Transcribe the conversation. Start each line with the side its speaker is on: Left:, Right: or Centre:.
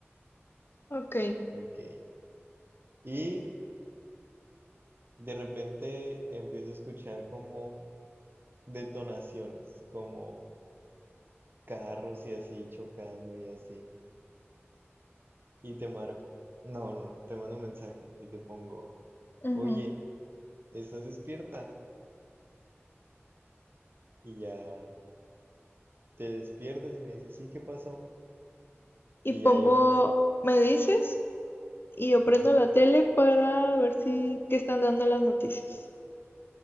Left: ok.
Right: ok. Y de repente empiezo a escuchar como detonaciones, como carros y así chocando y así. Y te marco. No, no, no, te mando un mensaje y te pongo,
Left: ujú.
Right: oye, ¿estás despierta? Y ya. te despiertas y me dices, sí, ¿qué pasó?
Left: y
Right: Y
Left: pongo,
Right: ya yo,
Left: me dices, y yo prendo
Right: ajá.
Left: la tele para ver si qué están dando las noticias.